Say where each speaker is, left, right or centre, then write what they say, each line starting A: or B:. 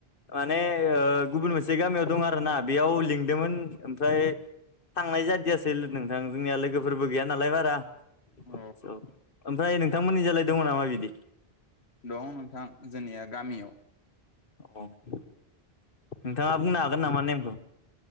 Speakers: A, on the left; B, on the left.
A: माने गुबुन मोनसे गामियाव दं आरो ना बेयाव लिंदोंमोन ओमफ्राय थांनाय जाद बिदि नोंथां जोंनिया लोगोफोरबो गैया नालाय बारा
B: औ
A: ओमफ्राय नोंथांमोननि जालाय दङ नामा बिदि?
B: दं नोंथां जोंनिया गामियाव
A: औ नोंथाङा बुंनो हागोन नामा नेमखौ।